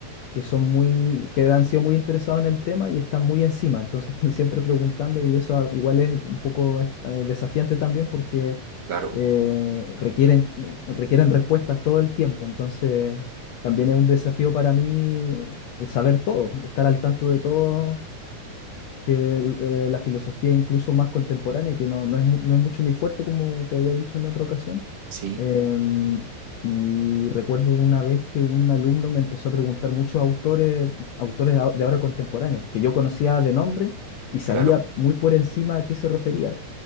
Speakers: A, on the left; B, on the right.
A: que son muy, que han sido muy interesados en el tema y están muy encima, entonces <laughs> están siempre preguntando y eso ah, igual es un poco eh, desafiante también porque
B: claro,
A: eh, requieren, requieren respuestas todo el tiempo, entonces también es un desafío para mí eh, saber todo, estar al tanto de todo que el- eh, la filosofía incluso más contemporánea, que no, no es, mu- no es mucho mi fuerte, como te había dicho en otra ocasión.
B: sí,
A: Em, y recuerdo una vez que un alumno me empezó a preguntar muchos autores, autores de a- de ahora contemporáneos, que yo conocía de nombre y sabía
B: claro.
A: muy por encima a qué se refería.